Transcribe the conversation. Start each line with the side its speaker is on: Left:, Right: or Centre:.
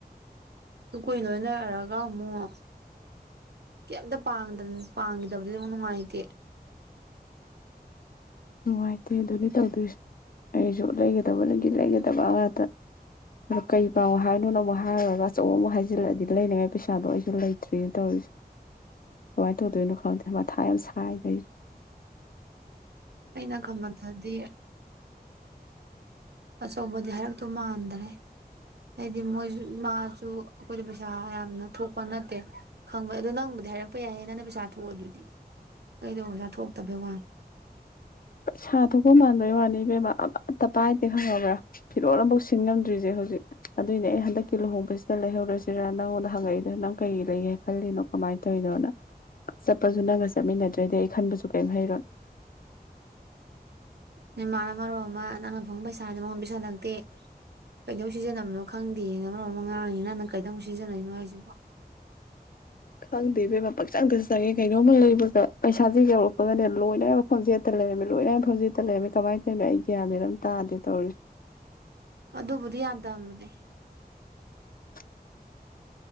Right: ꯁꯨ ꯀꯣꯏꯅ ꯂꯣꯏꯅꯔꯒ ꯑꯃꯨꯛ ꯀꯩꯝꯇ ꯄꯥꯡꯗꯅ ꯄꯥꯡꯈꯤꯗꯕꯗꯤ ꯑꯃꯨꯛ ꯅꯨꯡꯉꯥꯏꯇꯦ
Left: ꯅꯨꯡꯉꯥꯏꯇꯦ ꯑꯗꯨꯅꯤ ꯇꯧꯗꯣꯏꯁꯦ ꯑꯩꯁꯨ ꯂꯩꯒꯗꯕ ꯒꯤ ꯂꯩꯒꯗꯕ ꯉꯥꯛꯇ ꯑ ꯀꯩ ꯄꯥꯡꯉꯣ ꯍꯥꯏꯅꯣꯅ ꯑꯃꯨꯛ ꯍꯥꯏꯔꯨꯔꯒ ꯑꯆꯧ ꯑꯃꯨꯛ ꯍꯥꯏꯖꯤꯜꯂꯛꯑꯗꯤ ꯂꯩꯅꯉꯥꯏ ꯄꯩꯁꯥꯗꯣ ꯑꯩꯁꯨ ꯂꯩꯇ꯭ꯔꯤꯅ ꯇꯧꯔꯤꯁꯦ ꯀꯃꯥꯏꯅ ꯇꯧꯗꯣꯏꯅꯣ ꯈꯪꯗꯦ ꯃꯊꯥ ꯌꯥꯝ ꯁꯥꯏ <unintelligible>
Right: ꯑꯩꯅ ꯈꯪꯕꯗꯗꯤ ꯑꯆꯧꯕꯗꯤ ꯍꯥꯏꯔꯛꯇꯨ ꯃꯥꯟꯗꯔꯦ ꯍꯥꯏꯗꯤ ꯃꯣꯏꯁꯨ ꯃꯥꯖꯨ ꯑꯩꯈꯣꯏꯗ ꯄꯩꯁꯥ ꯌꯥꯝꯅ ꯊꯣꯛꯄ ꯅꯠꯇꯦ ꯈꯪꯕ ꯑꯗꯣ ꯅꯪꯕꯨꯗꯤ ꯍꯥꯏꯔꯛꯄ ꯌꯥꯏꯌꯦ ꯅꯪꯅ ꯄꯩꯁꯥ ꯊꯣꯛꯑ ꯑꯗꯨꯗꯤ ꯑꯩꯗꯕꯨ ꯄꯩꯁꯥ ꯊꯣꯛꯇꯕꯩ ꯋꯥꯅꯤ
Left: ꯁꯥ ꯊꯣꯛꯄ ꯃꯥꯟꯕꯩ ꯋꯥꯅꯤ ꯏꯕꯦꯝꯃ ꯑꯃꯠꯇ ꯄꯥꯏꯗꯦ ꯈꯪꯉꯕ꯭ꯔꯥ ꯐꯤꯔꯣꯜ ꯑꯃꯐꯥꯎ ꯁꯤꯟ ꯉꯝꯗ꯭ꯔꯤꯁꯦ ꯍꯧꯖꯤꯛ ꯑꯗꯨꯅꯦ ꯑꯩ ꯍꯟꯗꯛꯀꯤ ꯂꯨꯍꯣꯡꯕꯁꯤꯗ ꯂꯩꯍꯧꯔꯁꯤ ꯁꯤꯔꯥ ꯅꯪꯉꯣꯟꯗ ꯍꯪꯉꯛꯏꯗꯣ ꯅꯪ ꯀꯩ ꯂꯩꯌꯦ ꯈꯜꯂꯤꯅꯣ ꯀꯃꯥꯏꯅ ꯇꯧꯔꯤꯅꯣꯅ ꯆꯠꯄꯁꯨ ꯅꯪꯒ ꯆꯠꯃꯤꯟꯅꯗ꯭ꯔꯗꯤ ꯑꯩ ꯈꯟꯕꯁꯨ ꯀꯔꯤꯝ ꯍꯩꯔꯣꯏ
Right: <unintelligible> ꯃꯔꯣꯝ ꯑꯃ ꯅꯪꯅ ꯐꯪ ꯄꯩꯁꯥꯥꯁ ꯃꯉꯣꯟ ꯄꯩꯁꯜꯂꯛꯇꯦ ꯀꯩꯗꯧ ꯁꯤꯖꯤꯟꯅꯕꯅꯣ ꯈꯪꯗꯦꯅ ꯃꯔꯣꯟ ꯑꯃ ꯉꯥꯡꯉꯤ ꯅꯪꯅ ꯀꯩꯗ ꯑꯃꯨꯛ ꯁꯤꯖꯤꯟꯅꯩꯅꯣ ꯍꯥꯏꯁꯤꯕꯣ
Left: ꯈꯪꯗꯦ ꯕꯦꯕꯥ ꯄꯛꯆꯪꯗꯁꯨ ꯆꯪꯉꯦ ꯀꯩꯅꯣꯝꯃ ꯂꯩꯕꯒ ꯄꯩꯁꯥꯥꯁꯦ ꯌꯧꯔꯛꯄꯒꯅꯦ ꯂꯣꯏꯅꯃꯛ ꯐꯥꯎꯖꯦꯠꯇ ꯂꯩꯔꯝꯃꯤ ꯂꯣꯏꯅꯃꯛ ꯐꯥꯎꯖꯦꯠꯇ ꯂꯩꯔꯝꯃꯤ ꯀꯃꯥꯏꯅ ꯇꯧꯔꯤꯅꯣ ꯑꯩ ꯒ꯭ꯌꯥꯟꯅꯤꯅ ꯑꯗꯨꯝ ꯇꯥꯗꯦ ꯇꯧꯔꯤ
Right: ꯑꯗꯨꯕꯨꯗꯤ ꯌꯥꯗꯕꯗꯤ
Left: <inaudible>